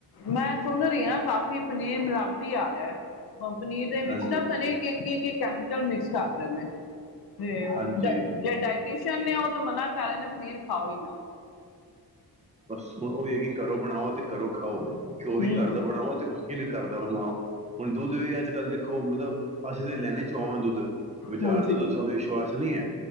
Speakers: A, on the left (about 70°); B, on the right (about 20°).
A: ਮੈਂ ਸੁਣ ਰਹੀ ਹਾਂ ਕਾਫੀ ਪਨੀਰ ਮਿਲਾਵਟ। ਮਿਲਾਵਟੀ ਆ ਰਿਹਾ ਹੈ। ਪਨੀਰ ਦੇ ਵਿੱਚ
B: ਹਾਂਜੀ
A: ਨਾ ਪਤਾ ਨਹੀਂ ਕਿ ਕਿ ਕੈਮੀਕਲ ਮਿਕਸ ਕਰਦੇ ਨੇ। ਤੇ ਉਹ
B: ਹਾਂਜੀ
A: ਡਾਇਟੀਸ਼ੀਅਨ ਨੇ ਉਹ ਤੇ ਮਨਾ ਕਰ ਰਹੇ ਨੇ ਪਨੀਰ ਖਾਓ ਹੀ ਨਾ।
B: ਬਸ ਹੁਣ ਉਹੀ ਹੀ ਹੈ ਕਿ ਹੁਣ ਘਰੋਂ ਬਣਾਓ ਤੇ ਘਰੋਂ ਖਾਓ ਘਿਓ ਵੀ
A: ਹੂੰ,
B: ਘਰ ਦਾ ਬਣਾਓ ਤੇ। ਘਰ ਦਾ ਬਣਾਓ ਹੁਣ ਦੁੱਧ ਵੀ ਅੱਜ ਕੱਲ ਦੇਖੋ ਮਤਲਬ ਅਸੀਂ ਤੇ ਲੈਣੇ ਚੋਆਵਾਂ ਦੁੱਧ। ਬਾਜ਼ਾਰ
A: ਹਾਂਜੀ,
B: ਦਾ ਤਾਂ ਸਾਨੂੰ ਵਿਸ਼ਵਾਸ ਨਹੀਂ ਹੈ।